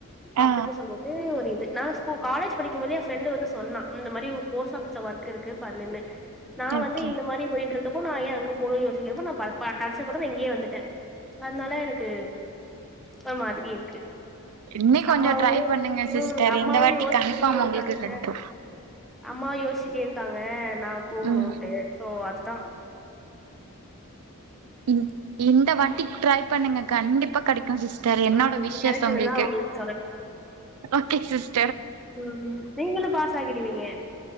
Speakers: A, in the centre; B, on the right.
A: அப்பிடி
B: ஆ
A: சொல்லிட்டு ஒரு இது நா ஸ்கூ காலேஜ் படிக்கும்போது எ ஃப்ரெண்டு வந்து சொன்னா இந்த மாரி வுப் போஸ்ட் ஆபிஸ் ஒர்க் இருக்கு பண்ணுன்னு நா
B: ஓகே
A: வந்து இந்த மாரி போயிட்ருக் தப்போ நா ஏ அங்க போனு யோசிக்கிறப்போ நா பர் ப கடச்சப்பதா நா இங்கியே வந்துட்டே அத்னால எனக்கு ஒரு மாதிரி இருக்கு
B: இன்னி கொஞ்சோ
A: அம்மாவும்
B: ட்ரை பண்ணுங்க
A: ம்
B: சிஸ்டர்
A: அம்மாவு
B: இந்த வாட்டி
A: யோசிச்சிகிட்டே
B: கன்ஃபார்ம்
A: இருக்காங்க
B: உங்களுக்கு கெடைக்கு
A: அம்மாவு யோச்சிட்டே இருக்காங்க நா போகணுன்ட்டு
B: ம்
A: சோ அதுதா
B: ம் இந்த வாட்டி ட்ரைப் பண்ணுங்க கண்டிப்பா கெடைக்கு சிஸ் தெர என்னோட
A: ம்
B: விஷ்ஷஷ்
A: கெடச்சதுன்னா
B: ஒங்குள்க்கு
A: உங்களுக்கு
B: ஓகே சிஸ்
A: மா மா நீங்குளும் பாஸ் ஆகிடுவீங்க